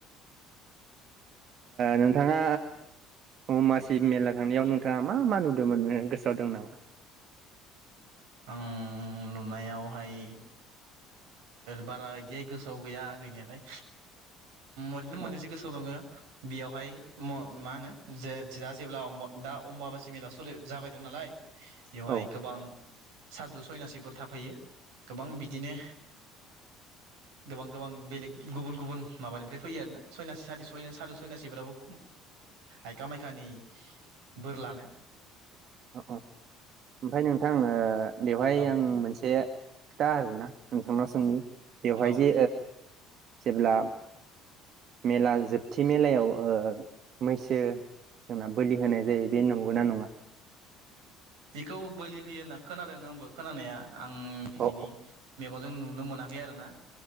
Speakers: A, on the right; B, on the right.
A: नोंथाङा अमासि मेला थांनायाव नोंथाङा मा मा नुदोंमोनो गोसोआव दं नामा
B: आं नुनायावहाय बारा बिदि गोसोआव गैया गैनायालाय ओरैनो मोननैसो
A: औ
B: गोसोआव दङ बेयावहाय म मा होनो जे जेब्ला दा अम्बाबासि मेलायाव सोलि जाबाय दं नालाय बेवहाय
A: औ
B: गोबां सादु सयनासिफोर थाफैयो गोबां बिदिनो गोबां गोबां बेलेग गुबुन गुबुन माबानिफ्राय फैयो आरोना सयनासि सााथ सय साद' सयनासिफ्राबो आयख मायखानि बोर लानो
A: औ औ ओमफ्राय नोंथां बेवहाय
B: औ
A: आं मोनसे खिथा आरोना नोंथांना सोंनि बेवहाय
B: औ
A: जे जेब्ला मेला जोबथि मेलायाव मैसो जोंना बोलि होनाय जायो बे नंगौना नङा
B: बेखौ बोलि होयो होनना खोनादों आंबो खोनानाया आं निजिनि
A: औ
B: न जों नुनो मोनाखै आरो ना